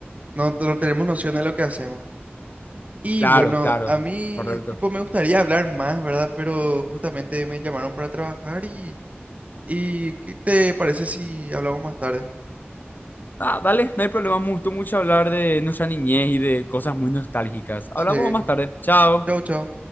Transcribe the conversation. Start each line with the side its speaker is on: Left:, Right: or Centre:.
Right: no, no tenemos noción de lo que hacemos. Y
Left: claro,
Right: bueno,
Left: claro,
Right: a mí
Left: correcto.
Right: tipo me gustaría hablar más, ¿verdad? Pero justamente me llamaron para trabajar y, y ¿qué te parece si hablamos más tarde?
Left: Ah, dale, no hay problema. Me gustó mucho hablar de nuestra niñez y de cosas muy nostálgicas.
Right: Sí.
Left: Hablamos más tarde. Chao.
Right: Chao, chao.